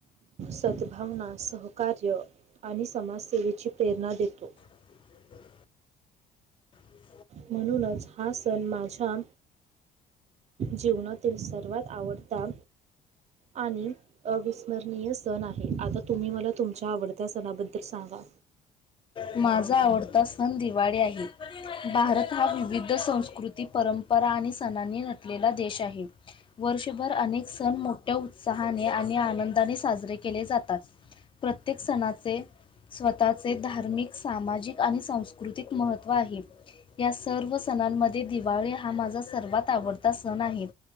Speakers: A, on the right (about 40°); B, on the left (about 30°).
A: सद्भावना, सहकार्य आणि समाजसेवेची, प्रेरणा देतो.
B: ? <unintelligible>
A: म्हणूनच हा, सण माझ्या, जीवनातील सर्वात आवडता आणि अविस्मरणीय सण आहे, आता तुम्ही मला, तुमच्या आवडत्या सणाबद्दल, सांगा.
B: माझा आवडता सण, दिवाळी आहे. भारत हा विविध संस्कृती, परंपरा आणि सणांनी नटलेला देश आहे. वर्षभर अनेक सण, मोठ्या उत्साहाने आणि आनंदाने साजरे केले जातात. प्रत्येक सणाचे, स्वतःचे धार्मिक सामाजिक आणि संस्कृतिक महत्त्व, आहे. या सर्व सणांमध्ये, दिवाळी हा माझा, सर्वात आवडता सण आहे.